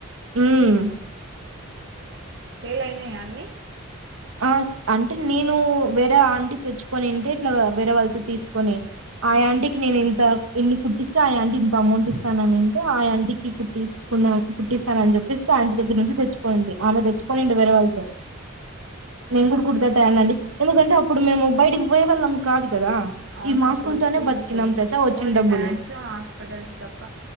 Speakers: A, on the right (about 85°); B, on the right (about 55°).
A: హ్మ్
B: సేల్ అయినాయా అన్నీ
A: ఆ అంటే నేను వేరే ఆంటి తెచ్చుకొనింటే ఇట్లా వేరే వాళ్ళతో తీసుకొని ఆయాంటికి నేను ఇంత ఎన్ని కుట్టిస్తే ఆయాంటి ఇంత అమౌంట్ ఇస్తాననింటే ఆయాంటికి కుట్టి కున్న కుట్టిస్తాను అని చెప్పేసి ఆ ఆంటీ దగ్గర నుంచి తెచ్చుకోనింటి ఆమె తెచ్చుకోనిండే వేరే వాళ్ళతో నేను కూడా కుర్తా తనండి ఎందుకంటే అప్పుడు మేము బయటికి పోయే వాళ్ళం కాదు కదా
B: అవునప్పుడు
A: ఈ మాస్కులతోనే
B: స్కూల్స్
A: బతికినాం తెలుసా వచ్చిన
B: ఓన్లీ
A: డబ్బులు
B: బ్యాంక్స్ హాస్పిటల్స్ తప్ప